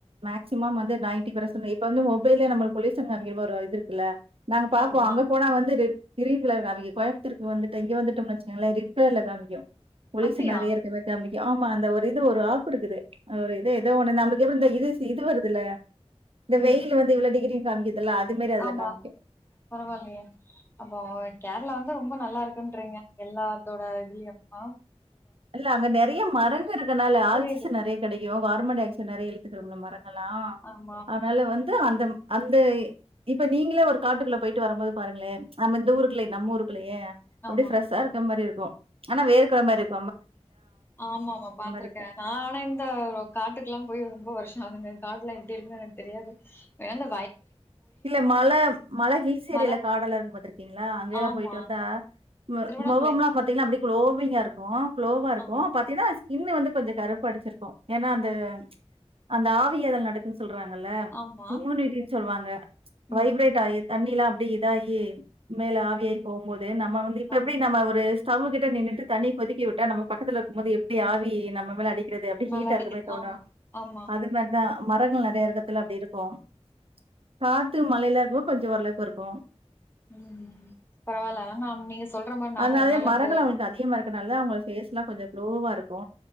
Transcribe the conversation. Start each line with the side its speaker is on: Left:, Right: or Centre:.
Right: மேக்சிமம் வந்து நைன்ட்டி பர்சன் எய் இப்ப வந்து மொபல்லே நம்ப பொலிசன்னு <unintelligible> நாங்க பாப்போ
Left: ஆமா
Right: அங்க போனா வந்துது க்ரீன்ல காமிக்கு கோய்ம்ப்த்தூருக் வந்துட்டு இங்க வந்துட்டு மேச் பண்ணுங்ளே ரெட் கலர்ல காமிக்கு
Left: அப்டியா
Right: து நெறைய இருக்க மாரி காமிக் ஆமா அந்த ஒரு இது ஒரு ஆப்புருக்குது அ ஒரு இது எதோ ஒண்ணு நம்ப்ளுக் எப்படி இந்த இது சி இது வருதுல்ல இந்த
Left: ம்
Right: வெயிலு வந்து இவ்ளோ டிகிரி <unintelligible> மாரி அதுல
Left: ஆமா
Right: காமிக்கும்.
Left: பரவாயில்லயே அப்போ கேர்ளா வந்து ரொம்போ நல்லாருக்குன்றீங்க எல்லாத்தோட இதிலயு அ
Right: இல்ல அங்க நெறிய மரங்க இருக்கனால
Left: புரியுது
Right: ஆக்சிசன் நெறைய கெடைக்கு வா இந்த மா <unintelligible> நெறைய எத்துக்குறவங்ள மற் ஹலா
Left: ஆமா
Right: ஆனாலு வந் து அந்த ம் அந்த இ இப்ப நீங்ளே ஒரு காட்டுக்குள்ள போயிட்டு வரும்போது பாருங்ளே நம்ம இந்த ஊருக்கில்லை நம்ம ஊருக் பில்லையே அப்டே
Left: ஆமா
Right: ஃப்ரெஸ்ஜா இருக்குற மாரி இரு கிறோ ஆனா வேறு கொழம்மாரிருக்
Left: ஆமாமா பாத்திருக்க
Right: இருக்கும்.
Left: நா ஆனா இந்த காட்டுக்குல்லா போய் ரொம்போ வருஷோ ஆகுது கடுல்லா எப்டி இருக்குன்னு எனக்கு தெரியாது வேண்டா
Right: இல்ல மல மழ ஹில்ஸ்சேரில
Left: மழ
Right: காடெல்லா இருக்கு பாத்திருக்கீங்களா அங்க எல்லா
Left: ஆமா
Right: போயிட்டு வந்தா ம
Left: திருவண்ணாமலை
Right: மொகம்ல்லா பாத்தீங்கன்னா அப்டி க்ளோவிங்கா இருக்கூ சுலோவா இருக்கும்
Left: ஆம்
Right: பாத்தீன்னா இன்னு வந்து கொஞ்சோ கருப்பு அடிச்சிருக்கோ ஏன்னா அந்த அந்த ஆவி அதல் நடக்குன் சொல்றாங்கல்ல
Left: ஆமா
Right: இமுனிட்டி ருவாங்க
Left: ம்
Right: வைப்ரேட்டாயிட் தண்ணீலா அப்டியே இதாகி மேல ஆவியாகி போம் போது இது நம்ம வந்து இப்ப
Left: ஆமா
Right: எப்டி நம்ம ஒரு ஸ்டவ்கிட்ட நின்னுட்டு தண்ணீர் கொதிக்க விட்டா நம்ம பக்கத்துல இருக்கும் போது எப்டி ஆவி நம்ம மேல அடி <unintelligible> றது எப்டி ஹீட்
Left: மழ
Right: இருக்குற
Left: அடிக்குது
Right: மாரி தோனு
Left: ஆமா ஆமா
Right: அது மாரிதா மரங்கள் நெறையா இருக்கத்துல அப்டி இருக்கும் காத்து மலையில <unintelligible> கொஞ்ச வரல <unintelligible>
Left: உம் பரவால <unintelligible> நீங்க சொல்ற மாரி நானு
Right: அதனாலயே
Left: ஒரு நாள்
Right: மரங்கள்
Left: அங்க
Right: அவங்களுக்கு அதிகமா இருக்கனாலதா அவங்க ஃபேஸ்லா கொஞ்சொ லோவா இருக்கோ